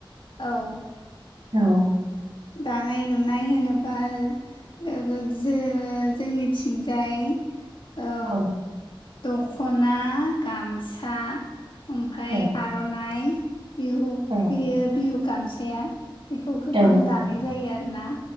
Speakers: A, on the left; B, on the right.
A: औ।
B: औ।
A: दानाय लुनाय होनोबा <unintelligible> जे जोंनिथिंजाय ओ
B: औ
A: दख'ना गामसा ओमफ्राय
B: औ
A: आ आर'नाइ बिहु
B: औ
A: बेयो बिहु गामसाया बेखौ गोबां
B: औ
A: दा दानाय जायो आरोना